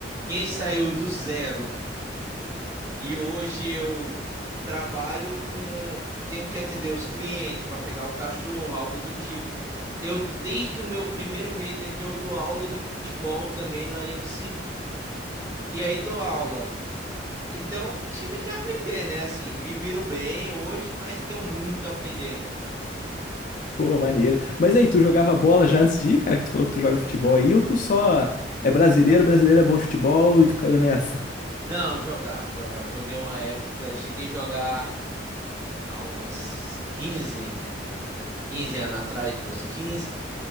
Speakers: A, on the right; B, on the left.
A: quem saiu do zero E hoje eu trabalho com. Tenho que atender os clientes para pegar o cachorro, algo do tipo. Eu, desde o meu primeiro mês é que eu dou aula de futebol também no IMCA. E aí dou aula. Então, tive que aprender, né? Assim, me viro bem hoje, mas tenho muito a aprender ainda.
B: Pô, maneiro. Mas aí, tu jogava bola já antes de ir, cara? Que tu falou que tu joga futebol aí, ou tu só é brasileiro, brasileiro é bom de futebol e tu caiu nessa? <laughs>
A: Não, jogava, jogava. Joguei uma época, cheguei a jogar há uns quinze quinze anos atrás, meus quinze